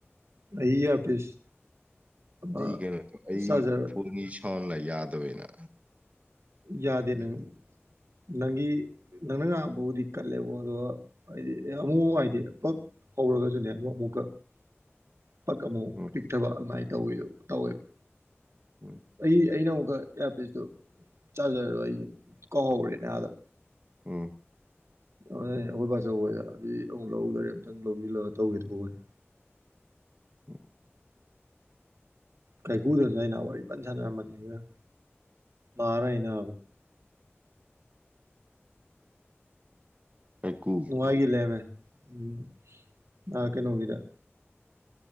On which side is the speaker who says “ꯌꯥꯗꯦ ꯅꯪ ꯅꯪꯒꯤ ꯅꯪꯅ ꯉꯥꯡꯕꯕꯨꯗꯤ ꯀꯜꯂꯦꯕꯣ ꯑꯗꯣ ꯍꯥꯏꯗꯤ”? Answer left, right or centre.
Right